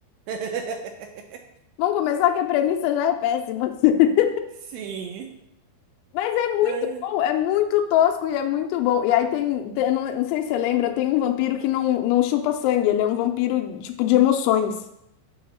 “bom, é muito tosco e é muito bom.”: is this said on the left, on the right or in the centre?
Left